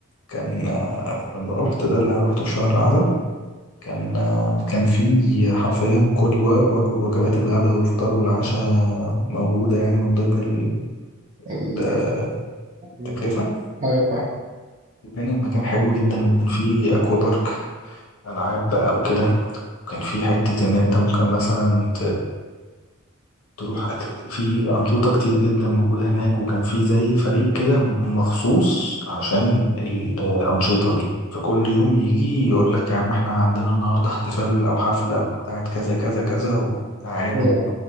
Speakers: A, on the left (about 90°); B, on the right (about 35°).
A: كان آه، لما رحت ده اللي انا روحته في شهر عسل كان آه، كان فيه حرفيا كل و- وج- وجبات الغداء والفطار والعشاء موجودة يعني من ضمن ال-
B: ال-
A: آه، التكلفة
B: ال- ايوه فاهم
A: وكان المكان حلو جدا وكان فيه أكوا بارك ألعاب بقى وكده وكان في حتة إن أنت ممكن مثلا تروح أكت... في أنشطة كتير جدا موجودة هناك وكان في زي فريق كده مخصوص عشان الأنشطة دي فكل يوم يجي يقول لك يا عم احنا عندنا النهاردة احتفال أو حفلة بتاعت كذا كذا كذا وتعالوا
B: أيوة.